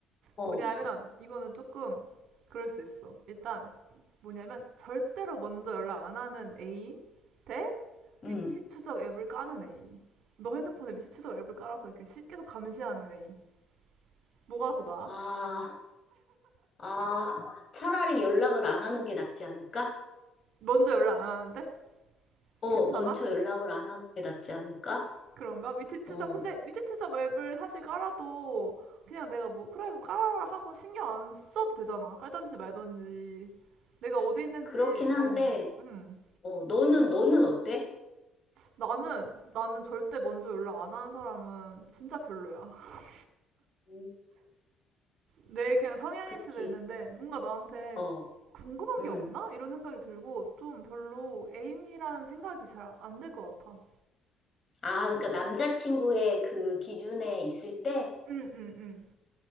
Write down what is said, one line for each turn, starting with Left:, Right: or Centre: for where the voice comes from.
Left: 어,
Right: 뭐냐면 이거는 조금 그럴 수 있어. 일단 뭐냐면 절대로 먼저 연락 안 하는 애인 대
Left: 응.
Right: 위치 추적 앱을 까는 애인. 너 핸드폰에 위치 추적 앱을 깔아서 이렇게 시- 계속 감시하는 애인. 뭐가 더 나아?
Left: 아, 아, 차라리 연락을 안 하는 게 낫지 않을까?
Right: 먼저 연락 안 하는데?
Left: 어,
Right: 괜찮아?
Left: 먼저 연락을 안 하는 게 낫지 않을까?
Right: 그런가? 위치 추적.
Left: 어,
Right: 근데 위치 추적 앱을 사실 깔아도 그냥 내가 뭐 그래 뭐 깔아라 하고 신경 안 써도 되잖아. 깔던지 말던지 내가 어디 있는지
Left: 그렇긴 한데,
Right: 어. 음.
Left: 어, 너는, 너는 어때?
Right: 나는, 나는 절대 먼저 연락 안 하는 사람은 진짜 별로야. <laughs>
Left: 음,
Right: 내 그냥 성향일
Left: 그치,
Right: 수도 있는데, 뭔가 나한테
Left: 어,
Right: 궁금한
Left: 음.
Right: 게 없나? 이런 생각이 들고, 좀 별로 애인이라는 생각이 잘 안 들 것 같아.
Left: 아, 그러니까 남자친구의 그 기준에 있을 때,
Right: 응, 응, 응.